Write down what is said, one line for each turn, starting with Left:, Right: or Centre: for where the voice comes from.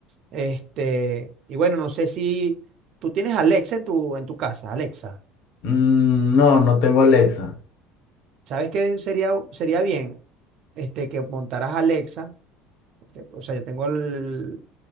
Right: Este, y bueno, no sé si tú tienes Alexa en tu, en tu casa, Alexa.
Left: Mm, no, no tengo Alexa.
Right: ¿Sabes qué sería, sería bien? Este, que montaras Alexa. este, o sea, yo tengo el-